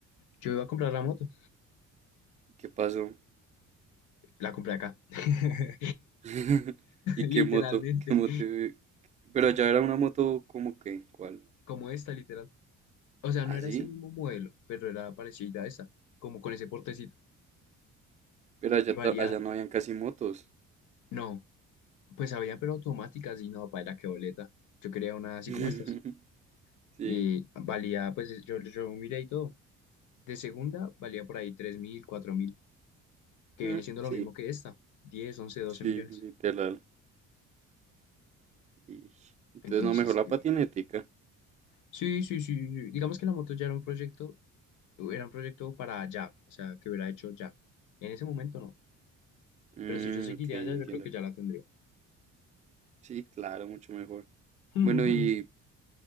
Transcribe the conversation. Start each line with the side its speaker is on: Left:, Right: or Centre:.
Left: Yo iba a comprar la moto,
Right: ¿Y qué pasó?
Left: la compré acá, <laughs>
Right: <laughs> ¿Y
Left: literalmente,
Right: qué moto? <laughs> ¿Qué moto? Pero allá era una moto como que, ¿cuál?
Left: como esta, literal. O sea,
Right: ¿Así?
Left: no era ese mismo modelo, pero era parecida a esa, como con ese portecito.
Right: Pero allá,
Left: Y valía,
Right: ta- allá no habían casi motos.
Left: no, pues había, pero automáticas y no, paila, qué boleta. Yo quería una así
Right: <laughs>
Left: como estas.
Right: Sí,
Left: Y valía, pues yo, yo miré y todo. De segunda valía por ahí tres mil, cuatro mil, que
Right: mm,
Left: viene siendo
Right: sí,
Left: lo mismo que esta, 10 11 12
Right: sí,
Left: millones.
Right: literal. Y entonces
Left: Entonces,
Right: no, mejor la
Left: sí.
Right: patinética.
Left: Sí, sí, sí. sí. Digamos que la moto ya era un proyecto, era un proyecto para ya, o sea, que hubiera hecho ya. En ese momento no.
Right: Mm,
Left: Pero si yo seguiría
Right: ok, entiendo.
Left: allá, yo creo que ya la tendría.
Right: Sí, claro, mucho mejor.
Left: Ujú.
Right: Bueno, ¿y